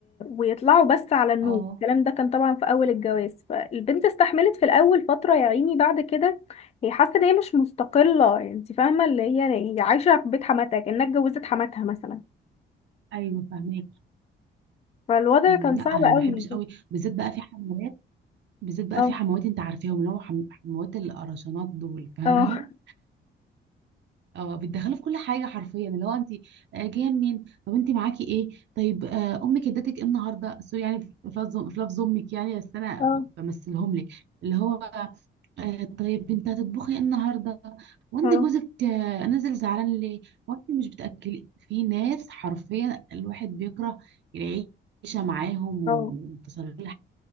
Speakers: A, on the left; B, on the right.
A: ويطلعوا بس على النوم
B: اه
A: الكلام ده كان طبعا في اول الجواز فالبنت استحملت في الاول فتره يا عيني بعد كده هي حاسه ان هي مش مستقله انت فاهمه اللي هي هي عايشه في بيت حماتها كانها اتجوزت حماتها مثلا
B: ايوه فاهمك
A: فالوضع
B: مم،
A: كان
B: لا
A: صعب
B: انا ما
A: قوي
B: بحبش قوي بالذات بقى في حموات بالذات بقى
A: اه
B: في حموات انت عارفاهم اللي هو حم... حموات القرشانات دول فاهمهم
A: اه
B: اه بيتدخلوا في كل حاجه حرفيا اللي هو انت آه، جايه منين طب انت معاكي ايه طيب آه، امك ادتك ايه النهارده سوري يعني في لفظ في لفظ امك يعني بس انا
A: اه
B: ب- بمثلهم لك اللي هو آه طيب انت هتطبخي ايه النهارده وانت
A: اه
B: جوزك آه نازل زعلان ليه وانت مش بتاكلي في ناس حرفيا الواحد بيكره العيشه معاهم وتصل
A: اه
B: كل